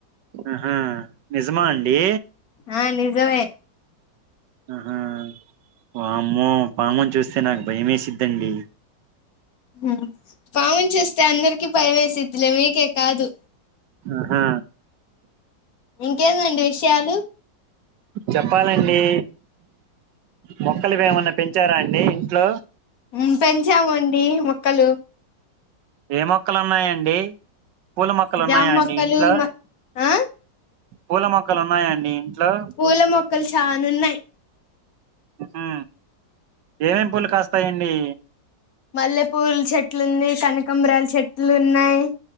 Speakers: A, on the right; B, on the left.
A: ఉహు నిజమా అండి
B: ఆ నిజమే
A: ఆహా పామ్మో పాముని చూస్తే నాకు భయం వేసిద్దండి
B: హ్మ్ పాముని చూస్తే అందరికి భయం వేసిద్లే మీకే కాదు
A: ఆహా
B: ఇంకేందండి విషయాలు
A: చెప్పాలండి మొక్కలు ఇవి ఏమన్నా పెంచారా అండి ఇంట్లో
B: ఉం పెంచామండి మొక్కలు
A: ఏ మొక్కలు ఉన్నాయంండి పూల మొక్కలు
B: జామ
A: ఉన్నాయండి
B: మొక్కలు
A: ఇంట్లో
B: ఆ
A: పూల మొక్కలు ఉన్నాయండి ఇంట్లో
B: పూల మొక్కలు చానా ఉన్నాయి
A: హు ఏం పూలు కాస్తాయండి
B: మల్లెపూల చెట్లు ఉంది కనకాంబరాం చెట్లు ఉన్నాయి